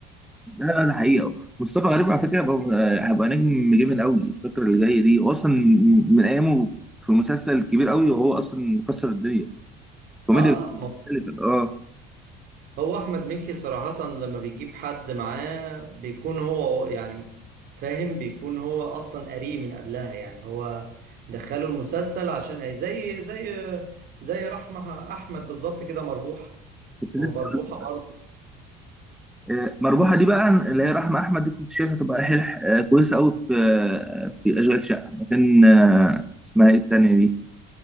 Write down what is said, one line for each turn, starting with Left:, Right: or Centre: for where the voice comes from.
Centre: لا لا ده حقيقة مصطفى غريب على فكرة هيبقى هيبقى نجم جامد قوي الفترة اللي جاية دي هو أصلا من أيامه في مسلسل كبير قوي وهو أصلا مكسر الدنيا كوميديا
Right: آه
Centre: مختلفة اه
Right: هو احمد مكي صراحة لما بيجيب حد معاه بيكون هو يعني فاهم بيكون هو اصلا قاريه من قبلها يعني هو دخله المسلسل عشان زي زي زي رحمة احمد بالظبط كده مربوحة
Centre: كنت
Right: ما
Centre: لسه
Right: هو مربوحة
Centre: أقول لك.
Right: برضه
Centre: آه، مربوحة دي بقى اللي هي رحمة أحمد دي كنت شايفها تبقى حلح آه، كويسة قوي في آه، في أشغال شقة مكان آه، اسمها إيه التانية دي؟